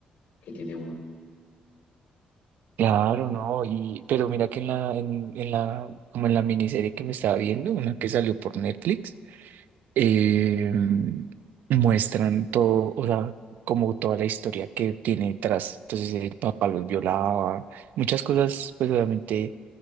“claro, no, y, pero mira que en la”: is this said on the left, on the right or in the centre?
Right